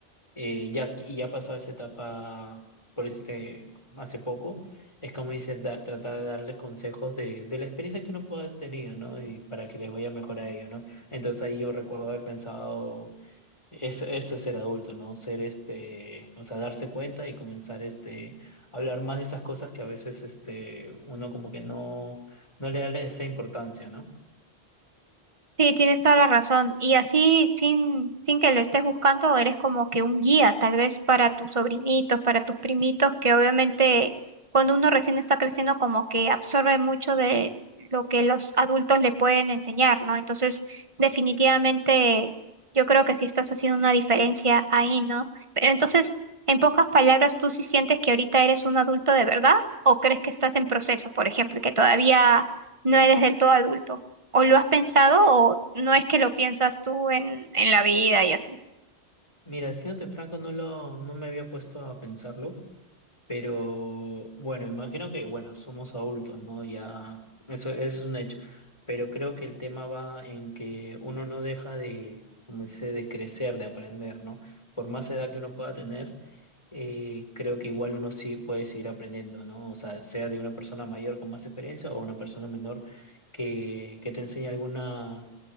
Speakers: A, on the left; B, on the right.
A: eh, ya, y ya ha pasado esa etapa, por este, hace poco, es como dice, da- tratar de darles consejos de, de la experiencia que uno pueda haber tenido, ¿no? Y para que les vaya mejor a ellos, ¿no? Entonces ahí yo recuerdo haber pensado... Esto, esto es ser adulto, ¿no? Ser este, o sea, darse cuenta y comenzar este, a hablar más de esas cosas que a veces este, uno como que no, no le da esa importancia, ¿no?
B: Sí, tienes toda la razón. Y así, sin, sin que lo estés buscando, eres como que un guía, tal vez para tus sobrinitos, para tus primitos, que obviamente cuando uno recién está creciendo, como que absorbe mucho de lo que los adultos le pueden enseñar, ¿no? Entonces, definitivamente, yo creo que sí estás haciendo una diferencia ahí, ¿no? Pero entonces, en pocas palabras, ¿tú sí sientes que ahorita eres un adulto de verdad? ¿O crees que estás en proceso, por ejemplo, y que todavía no eres del todo adulto? o lo has pensado o no es que lo piensas tú en, en la vida y así.
A: Mira, siéndote franco, no lo, no me había puesto a pensarlo. Pero bueno, imagino que, bueno, somos adultos, ¿no? Ya, eso, eso es un hecho. Pero creo que el tema va en que uno no deja de, como dice, de crecer, de aprender, ¿no? Por más edad que uno pueda tener, eh, creo que igual uno sí puede seguir aprendiendo, ¿no? O sea, sea de una persona mayor con más experiencia o una persona menor que, que te enseñe alguna